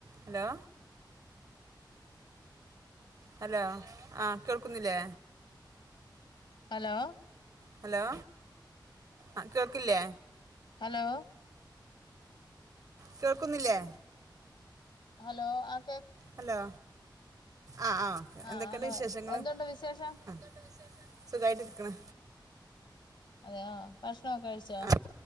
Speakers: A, on the right; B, on the left.
A: Hello. Hello ആഹ് കേൾക്കുന്നില്ലേ
B: hello.
A: Hello അഹ് കേൾക്കില്യേ
B: ഹലോ.
A: കേൾക്കുന്നില്ലേ
B: ഹലോ അഹ്
A: ഹലോ ആഹ് ആഹ് ഒക്കെ
B: ആ
A: എന്തെക്കേണ്ട്
B: ഹലോ
A: വിശേഷങ്ങള്
B: എന്തുണ്ട് വിശേഷം
A: അഹ് സുഖായിട്ടിര്ക്ക്ണ്.
B: അതെയോ ഭക്ഷണോ കഴിച്ചോ
A: ആ